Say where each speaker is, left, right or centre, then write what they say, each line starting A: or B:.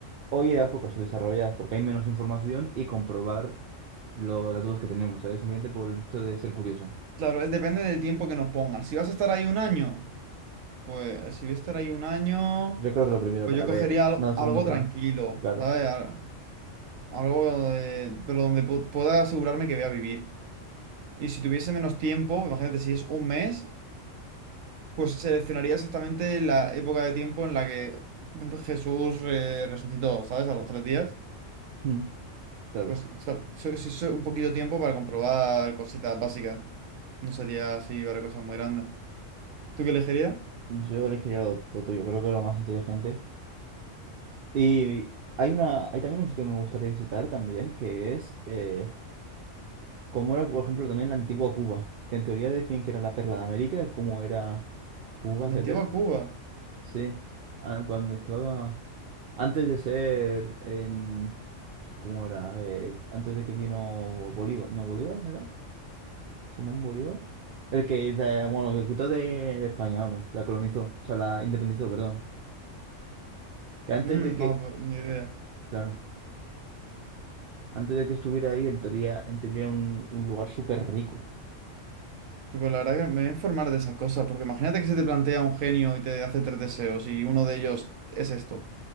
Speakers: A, on the right (about 55°); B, on the right (about 80°).
A: Hoy era épocas subdesarrolladas porque hay menos información y comprobar lo, las dudas que tenemos, ¿sabes? Simplemente por el hecho de ser curioso.
B: Claro, es- depende del tiempo que nos pongan. Si vas a estar ahí un año, pues si voy a estar ahí un año,
A: Yo creo que lo primero
B: pues
A: para
B: yo
A: ver.
B: cogería al-
A: No, lo segundo,
B: algo
A: perdón.
B: tranquilo,
A: Claro.
B: ¿sabes? Al- Algo de- pero donde pu- pueda asegurarme que voy a vivir. Y si tuviese menos tiempo, imagínate si es un mes, Pues seleccionaría exactamente la época de tiempo en la que Jesús eh, resucitó, ¿sabes? A los tres días.
A: Mm, claro.
B: Pues sa- so- si si es un poquito tiempo para comprobar cositas básicas. No sería así para cosas muy grandes. ¿Tú qué elegirías?
A: Yo elegiría lo, lo tuyo, creo que es lo más inteligente. Y hay una, hay también un sitio que me gustaría visitar también, que es eh, cómo era, por ejemplo, también la antigua Cuba, que en teoría decían que era la perla de América, cómo era Cuba,
B: La
A: etcétera.
B: antigua Cuba.
A: Sí. Ah, Cuando estaba. Antes de ser en. ¿Cómo era? Eh, antes de que vino Bolívar. No, Bolívar era. Simón Bolívar. El que, de- bueno, el que quitó de España, vamos, la colonizó, o sea, la independizó, perdón. Que antes
B: Mm,
A: de que,
B: no, pues, ni idea.
A: claro, antes de que estuviera ahí, en teoría, en teoría era un, un lugar súper rico,
B: Yo, Pues la verdad que me voy a informar de esas cosas, porque imagínate que se te plantea un genio y te hace tres deseos y uno de ellos es esto.